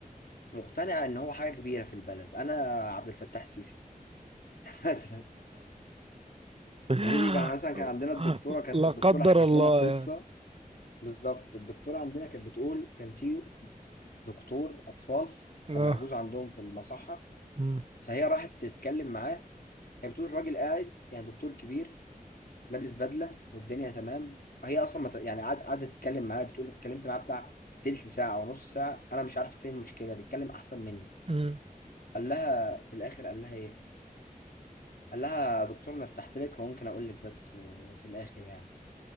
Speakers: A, on the left; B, on the right.
A: مقتنع ان هو حاجه كبيره في البلد انا عبد الفتاح السيسي <laughs> مثلا
B: <laughs>
A: ماشي فاحنا مثلا كان عندنا الدكتوره كانت
B: لا
A: الدكتوره
B: قدر
A: حكت
B: الله
A: لنا قصه
B: يعني
A: بالظبط الدكتوره عندنا كانت بتقول كان في دكتور اطفال
B: آه.
A: كان محجوز عندهم في المصحه
B: مم.
A: فهي راحت تتكلم معاه هي بتقول الراجل قاعد يعني دكتور كبير لابس بدله والدنيا تمام هي اصلا ما ت- يعني قعد- قعدت تتكلم معايا بتقول اتكلمت معاها بتاع تلت ساعه ونص ساعه انا مش عارفه فين المشكله بيتكلم احسن مني
B: مم.
A: قال لها في الاخر قال لها ايه قال لها يا دكتور انا ارتحت لك فممكن اقول لك بس في الاخر يعني